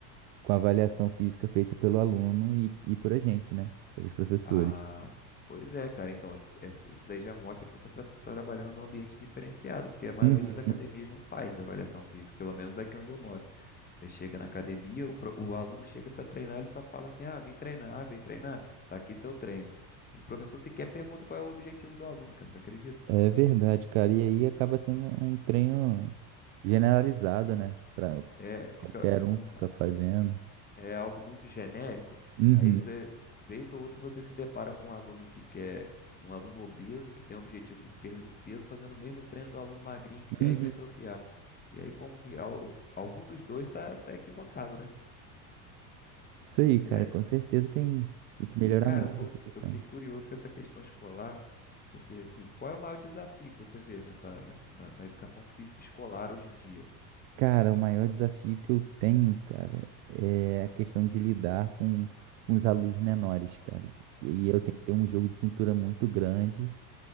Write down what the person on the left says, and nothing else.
Ah, pois é, cara. Então, isso, isso isso daí já mostra que você está trabalhando num ambiente diferenciado, porque a maioria
das academias não faz avaliação física, pelo menos aqui onde eu moro. Você chega na academia, o, pro- o aluno chega para treinar, ele só fala assim: ah, vim treinar, ah, vem treinar, tá aqui seu treino. O professor sequer pergunta qual é o objetivo do aluno, cara, você acredita?
É, fica,
fica
um-
é algo muito genérico,
aí você, vez ou outra, você se depara com um aluno que quer, um aluno obeso que tem o objetivo de perda de peso, fazendo o mesmo treino do aluno magrinho que quer
hipertrofiar. E aí, como que al- algum dos dois tá, tá equivocado, né?
E aí,
e cara,
eu tô,
eu fiquei curioso com essa questão escolar, porque assim, qual é o maior desafio que você vê nessa, nessa na, na educação física escolar hoje em dia?
Uhum.